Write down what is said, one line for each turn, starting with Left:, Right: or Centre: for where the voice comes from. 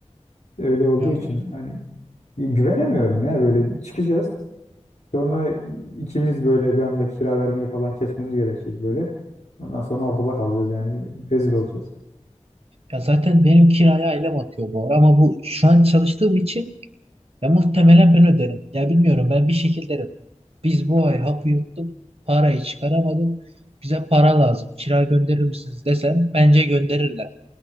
Left: Öyle olduğu
Right: Ya,
Left: için hani e, güvenemiyorum ya böyle çıkacağız. Sonra ikimiz böyle bir anda kira vermeyi falan kesmemiz gerekecek böyle. Ondan sonra ortada kalacağız yani rezil olacağız.
Right: ya zaten benim kiraya ailem atıyor bu ara ama bu şu an çalıştığım için Ya muhtemelen ben öderim. Ya bilmiyorum ben bir şekilde öderim. Biz bu ay hapı yuttuk. Parayı çıkaramadık. Bize para lazım. Kira gönderir misiniz desem bence gönderirler.